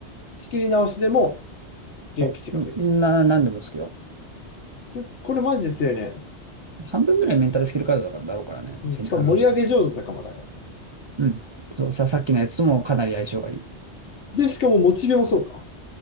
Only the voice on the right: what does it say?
そう。な、なんでもですけど。
半分ぐらいメンタルスキルカードだからだろうからね。
せあの、うん。そう、さ、さっきのやつともかなり相性がいい。